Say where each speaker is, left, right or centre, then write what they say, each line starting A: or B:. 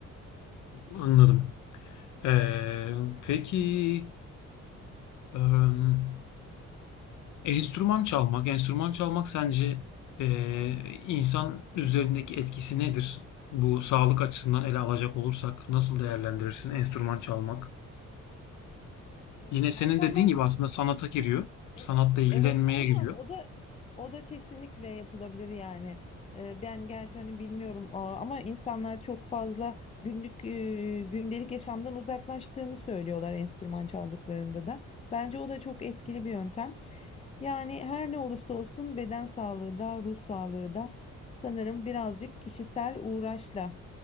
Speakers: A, on the left (about 75°); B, on the left (about 20°).
A: Anladım. Ee, peki em, enstrüman çalmak, enstrüman çalmak sence e, insan üzerindeki etkisi nedir? Bu sağlık açısından ele alacak olursak nasıl değerlendirirsin enstrüman çalmak?
B: Enstrüman
A: Yine senin
B: çalmak
A: dediğin gibi aslında sanata giriyor. Sanatla
B: Evet,
A: ilgilenmeye
B: evet aynen
A: giriyor.
B: o da o da kesinlikle yapılabilir yani. Ee, ben gerçi hani bilmiyorum a- ama insanlar çok fazla günlük e, gündelik yaşamdan uzaklaştığını söylüyorlar enstrüman çaldıklarında da. Bence o da çok etkili bir yöntem. Yani her ne olursa olsun beden sağlığı da ruh sağlığı da sanırım birazcık kişisel uğraşla